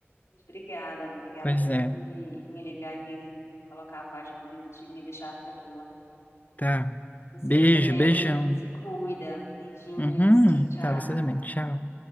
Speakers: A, on the left; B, on the left.
A: Mas obrigada, obrigada
B: pois é.
A: por me, me ligar e me colocar a par de tudo e de me deixar tranquila.
B: Tá.
A: Você
B: Beijo,
A: fica bem,
B: beijão.
A: se cuida. Beijinhos,
B: Uhum.
A: tchau, tchau.
B: Tá, você também. Tchau.